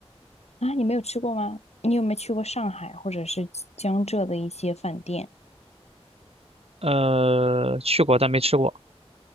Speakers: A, on the left (about 80°); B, on the right (about 65°).
A: 啊，你没有吃过吗？你有没有去过上海或者是江浙的一些饭店？
B: 呃，去过但没吃过